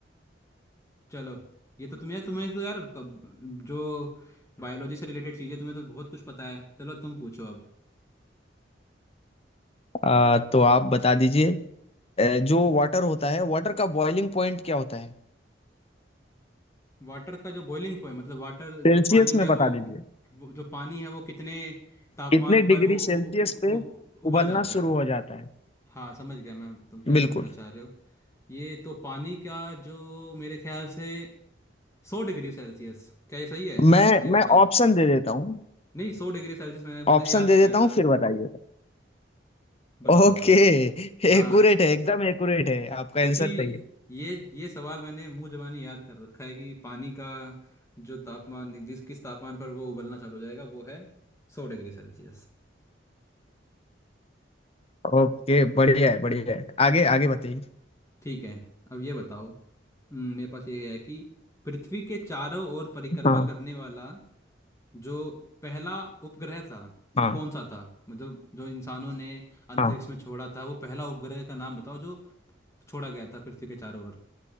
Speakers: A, on the left (about 15°); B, on the left (about 35°).
A: चलो ये तो तुम यार तुम्हें तो यार कब जो बायोलॉजी से रिलेटेड चीज़ें तुम्हें तो बहुत कुछ पता है चलो तुम पूछो अब
B: आ, तो आप बता दीजिए अ, जो वाटर होता है वाटर का बॉइलिंग पॉइंट क्या होता है
A: वाटर का जो बॉइलिंग पॉइंट मतलब वाटर
B: सेल्सियस
A: जो पानी है
B: में बता
A: वो
B: दीजिए
A: वो- जो पानी है वो कितने तापमान
B: कितने
A: पर
B: डिग्री
A: वो
B: सेल्सियस
A: उ, उ,
B: पे
A: उ, उ, उबल
B: उबलना
A: जाता
B: शुरू
A: है
B: हो जाता है
A: हाँ समझ गया मैं तुम क्या
B: बिल्कुल
A: पूछना चाह रहे हो ये तो पानी का जो मेरे ख्याल से सौ डिग्री सेल्सियस क्या ये सही है
B: मैं
A: ये बताओ
B: मैं ऑप्शन दे देता हूँ
A: नहीं सौ डिग्री सेल्सियस मैंने मैंने
B: ऑप्शन
A: याद
B: दे
A: किया
B: देता हूँ
A: था
B: फिर बताइएगा
A: बताओ
B: ओके
A: बताओ हाँ
B: एक्यूरेट है एकदम एक्यूरेट है आपका
A: क्योंकि
B: आंसर सही है
A: ये ये सवाल मैंने मुंह जबानी याद कर रखा है कि पानी का जो तापमान जिस किस तापमान पर वो उबलना चालू हो जाएगा वो है सौ डिग्री सेल्सियस
B: ओके बढ़िया है बढ़िया है आगे आगे बताइए
A: ठीक है अब ये बताओ हम्म, मेरे पास ये है कि पृथ्वी के चारों ओर परिक्रमा
B: हाँ
A: करने वाला जो पहला उपग्रह था
B: हाँ
A: वो कौन सा था मतलब जो इंसानों ने अंतरिक्ष
B: हाँ
A: में छोड़ा था वो पहला उपग्रह का नाम बताओ जो छोड़ा गया था पृथ्वी के चारों ओर